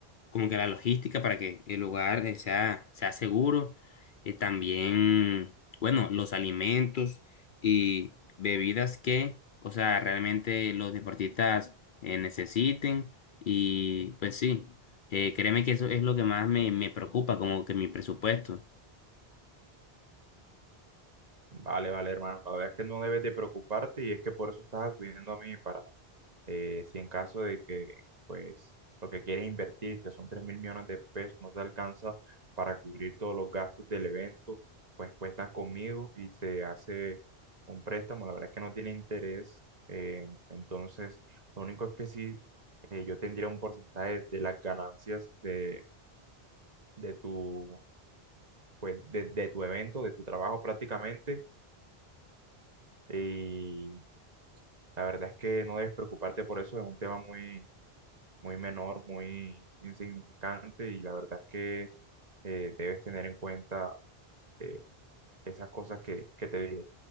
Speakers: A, on the left; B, on the right.
A: como que la logística para que el lugar eh, sea, sea seguro eh, también, bueno, los alimentos y bebidas que, o sea, realmente los deportistas eh, necesiten. Y pues sí, eh, créeme que eso es lo que más me, me preocupa, como que mi presupuesto.
B: Vale, vale, hermano. La verdad es que no debes de preocuparte y es que por eso estás acudiendo a mí para, eh, si en caso de que, pues, lo que quieres invertir, que son 3 mil millones de pesos, no te alcanza para cubrir todos los gastos del evento, pues cuentas conmigo y se hace un préstamo. La verdad es que no tiene interés. eh, entonces, lo único es que sí, eh, yo tendría un porcentaje de las ganancias de, de tu, pues, de, de tu evento, de tu trabajo prácticamente. Y La verdad es que no debes preocuparte por eso, es un tema muy, muy menor, muy insignificante y la verdad es que eh, debes tener en cuenta eh, esas cosas que, que te dije.